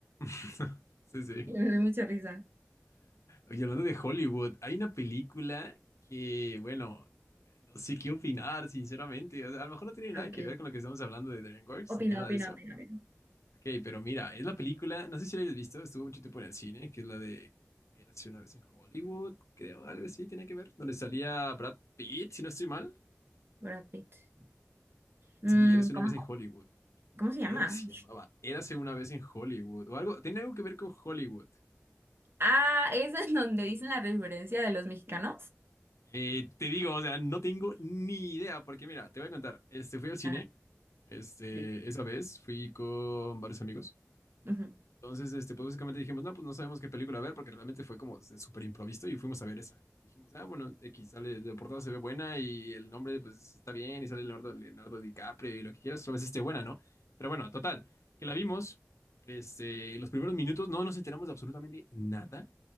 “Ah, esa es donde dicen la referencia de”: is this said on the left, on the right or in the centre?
Right